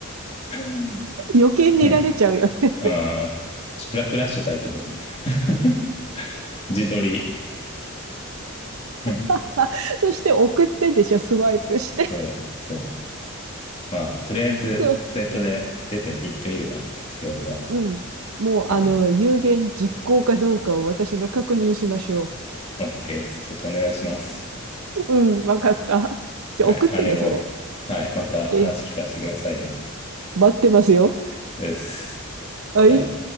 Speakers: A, on the left; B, on the right.
A: うん。
B: 余計見られちゃうよね。
A: うんあーフラ、フラッシュ焚いてね。<laughs> 自撮り。うん。
B: <laughs> あそして送ってでしょ、スワイプして。
A: そう、そう。まあ、とりあえず、
B: そう。
A: スウェットで出て行ってみるわ。夜は。
B: うん。もう、
A: うん。
B: あの、有言実行かどうかを私が確認しましょう。
A: オッケーです。ちょっとお願いします。
B: うん、わかった。じゃあ送ってね、
A: はい、姉御、
B: それ。
A: はい、また話聞かせてくださいよ。
B: ええ、待ってますよ。
A: です。
B: はい。
A: じゃあ、